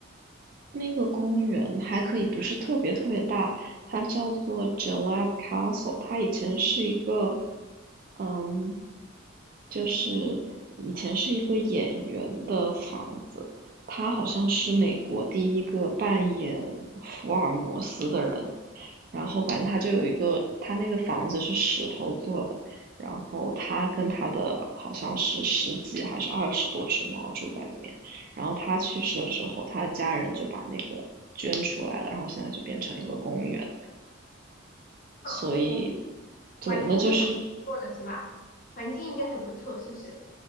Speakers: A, on the right; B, on the left.
A: 那个公园还可以不是特别特别大，它叫做 g i l l e t Castle。它以前是一个，嗯，就是以前是一个演员的房子。他好像是美国第一个扮演福尔摩斯的人。然后反正他就有一个，他那个房子是石头做的，然后他跟他的好像是十几还是二十多只猫住在里面，然后他去世了之后，他的家人就把那个捐出来了，然后现在就变成一个公园，
B: 啊，
A: 所以
B: 环
A: 对，
B: 环境应该蛮不错的是吧？
A: 那就是
B: 环境应该很不错，是不是？